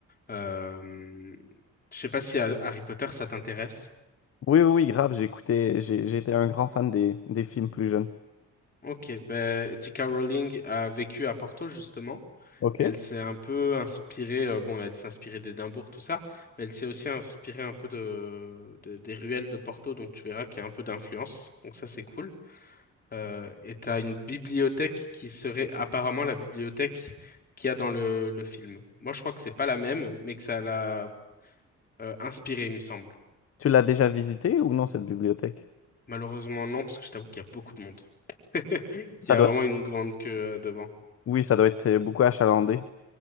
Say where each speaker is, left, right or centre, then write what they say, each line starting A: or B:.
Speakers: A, on the left; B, on the left.
A: Euh, je sais pas si à- Harry Potter, ça t'intéresse.
B: Oui, oui, oui, grave, j'ai écouté, j'ai- j'étais un grand fan des, des films plus jeunes.
A: Ok, ben, J.K. Rowling a vécu à Porto, justement.
B: OK.
A: Elle s'est un peu inspirée, euh, bon, elle s'est inspirée d'Édimbourg, tout ça, mais elle s'est aussi inspirée un peu de, de- des ruelles de Porto, donc tu verras qu'il y a un peu d'influence, donc ça c'est cool. Euh, et t'as une bibliothèque qui serait apparemment la bibliothèque qu'il y a dans le, le film. Moi je crois que c'est pas la même, mais que ça l'a euh, inspirée, il me semble.
B: Tu l'as déjà visité ou non, cette bibliothèque?
A: Malheureusement non, parce que je t'avoue qu'il y a beaucoup de monde. Il
B: Ça
A: y a
B: doit,
A: vraiment une grande queue euh, devant.
B: oui, ça doit être euh, beaucoup achalandé.